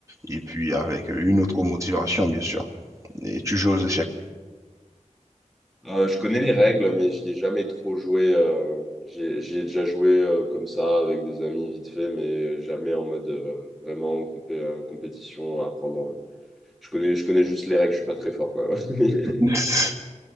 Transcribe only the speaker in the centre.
Euh, je connais les règles, mais j'y ai jamais trop joué. euh, j'ai, j'ai déjà joué euh, comme ça avec des amis vite fait, mais jamais en mode euh, vraiment compé- euh, compétition à apprendre. Je connais, je connais juste les règles, je suis pas très fort, quoi. <laughs>